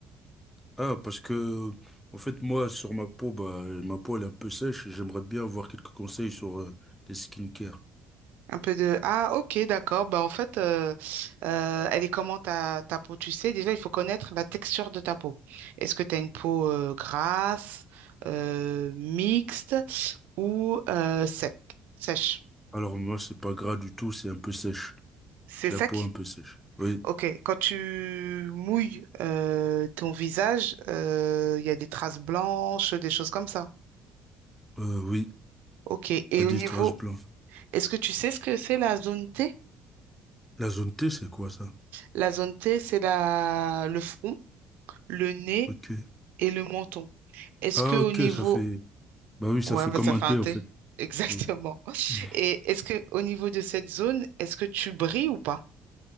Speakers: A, in the centre; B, on the right (about 75°).
A: Ah, parce que, en fait, moi, sur ma peau, bah, ma peau, elle est un peu sèche. et J'aimerais bien avoir quelques conseils sur euh, les skincare.
B: Un peu de... Ah, ok, d'accord. Bah, en fait, euh, euh, elle est comment ta, ta peau? Tu sais, déjà, il faut connaître la texture de ta peau. Est-ce que tu as une peau euh, grasse, euh, mixte ou euh, sec, sèche?
A: Alors, moi, c'est pas gras du tout, c'est un peu sèche.
B: C'est
A: J'ai
B: sec?
A: la peau un peu sèche. Oui,
B: Ok, quand tu mouilles euh, ton visage, euh, il y a des traces blanches, des choses comme ça.
A: euh, oui,
B: Ok, et
A: il y a des
B: au niveau,
A: traces blanches.
B: est-ce que tu sais ce que c'est la zone T?
A: La zone T, c'est quoi ça?
B: La zone T, c'est la... le front, le nez
A: Ok.
B: et le menton. Est-ce
A: Ah,
B: que au
A: ok,
B: niveau,
A: ça fait, bah oui, ça
B: ouais,
A: fait
B: bah,
A: comme
B: ça
A: un
B: fait
A: T,
B: un T,
A: en fait.
B: <laughs> exactement.
A: Oui. <laughs>
B: Et est-ce que au niveau de cette zone, est-ce que tu brilles ou pas?